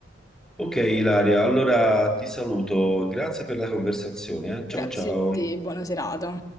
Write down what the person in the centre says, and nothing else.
ok Ilaria, allora ti saluto, grazie per la conversazione. eh. Ciao
ciao.